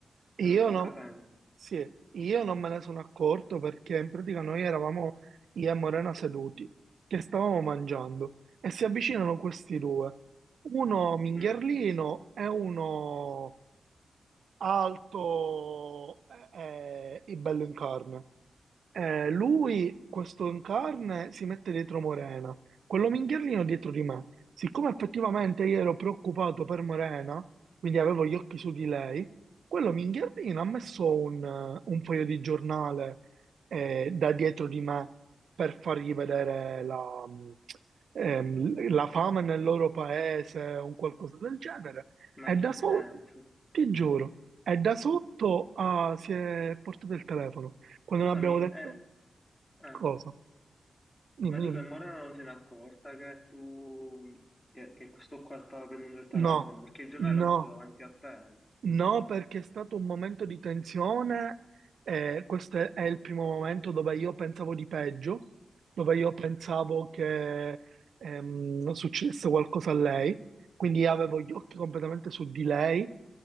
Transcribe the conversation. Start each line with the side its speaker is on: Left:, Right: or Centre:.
Right: che
Left: Se
Right: io
Left: non sto
Right: no,
Left: capendo.
Right: sì, io non me ne sono accorto perché in pratica noi eravamo io e Morena seduti, che stavamo mangiando, e si avvicinano questi due, uno mingherlino
Left: Mm.
Right: e uno alto eh, eh, e bello in carne. Eh, lui, questo in carne, si mette dietro Morena, quello minghierlino dietro di me. Siccome effettivamente io ero preoccupato per Morena, quindi avevo gli occhi su di lei, quello minghierlino ha messo un, eh, un foglio di giornale eh, da dietro di me per fargli vedere la, mh, ehm, la fame nel loro paese o un qualcosa del genere.
Left: Ma
Right: È
Left: in
Right: da
Left: che
Right: sotto,
Left: senso?
Right: ti giuro, è da sotto a si è portato il telefono. Quando
Left: Scusami,
Right: non abbiamo detto
Left: eh, eh,
Right: cosa? Dimmi,
Left: ma dico,
Right: dimmi.
Left: e Morena non se n'è accorta che tu, che, che questo qua stava prendendo il telefono,
Right: No,
Left: perché il giornale
Right: no,
Left: l'ha messo davanti a te, hai detto.
Right: no, perché è stato un momento di tensione. eh, questo è, è il primo momento dove io pensavo di peggio, dove io pensavo che ehm, succedesse qualcosa a lei. Quindi avevo gli occhi completamente su di lei